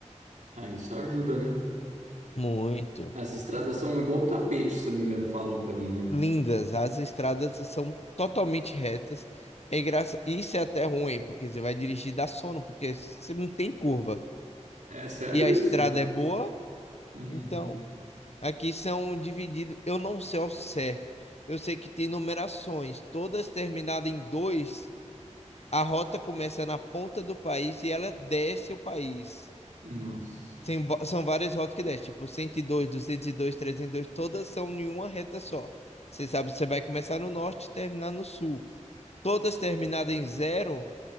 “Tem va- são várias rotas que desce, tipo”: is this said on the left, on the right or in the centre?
Left